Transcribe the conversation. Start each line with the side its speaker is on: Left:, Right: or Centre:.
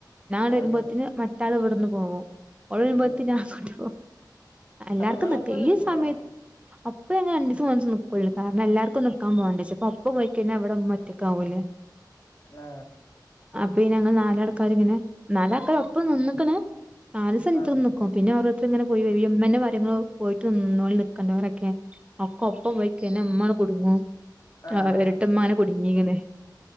Right: ഞാൻ വരുമ്പോത്തിന്
Left: അങ്ങനെ
Right: മറ്റാള് ഇവിടുന്നു പോകും ഓൾ
Left: ഉം
Right: ബത്തിന് ആങ്ങാട്ടുപോം എല്ലാർക്കും
Left: അപ്പൊ നിങ്ങളൊപ്പം
Right: നിക്ക ഈ
Left: നിക്കൂല
Right: സമയത് അപ്പ എങ്ങനാ <unintelligible> പുള്ളിക്കാരന് എല്ലാർക്കും നി പോകേണ്ടേ അപ്പൊ അപ്പ പോയി കഴിഞ്ഞാ അവിടെ നമ്മൊറ്റെക്കാവൂലേ
Left: ആ
Right: അപ്പൊ ഈ ഞങ്ങൾ നാലാൾക്കാരിങ്ങനെ നല്ലാൾക്ക
Left: ഉം
Right: ഒപ്പം നിന്നക്കണ് നാല് ദിവസെ നിക്കക്കും
Left: ആഹ്
Right: പിന്നെ അവർ ഇ ഇങ്ങനെ പോയി വരു അമ്മേന്റെ കാര്യങ്ങൾ പോയിട്ട് നിന്നളിൻ നിക്കണ്ടവരൊക്കെ അക്ക ഒപ്പം പോയി കിന് നമ്മ കുടുങ്ങു
Left: ആഹ്
Right: ആ ഇരട്ടമാനകു ഇങ്ങീങ്ങനെ